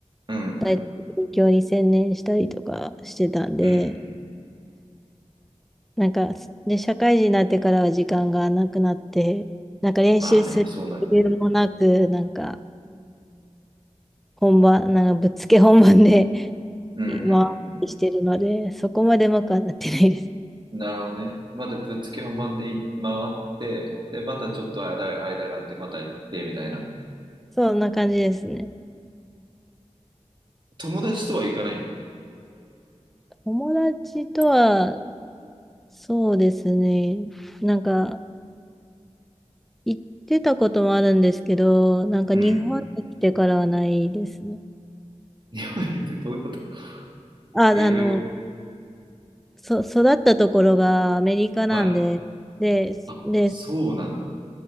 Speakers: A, on the right; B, in the centre.
A: うんうん。
B: 大勉強に専念したりとかしてたんで、
A: うんうん。
B: なんか、で、社会人になってからは時間がなくなって、なんか練習する余裕もなく、
A: まあね、そうなるね。
B: なんか本番、なんかぶっつけ本番で <laughs>
A: うん
B: 回ってしてるので、
A: うんう
B: そこまでうまくはなってないです。
A: ん。なるほどね。またぶっつけ本番でい回って、で、またちょっと間が、間があって、また行って、みたいな。
B: そんな感じですね。
A: 友達とは行かない。
B: 友達とは、そうですね。なんか、行ってたこともあるんですけど、なんか日本に来てからはないですね。
A: うん。<laughs> 日本行ってどういうこと <laughs>
B: あ、あの、
A: いろいろ。
B: そ、育ったところがアメリカなんで、
A: はい。
B: で、
A: あ、
B: で、
A: そうなんだ。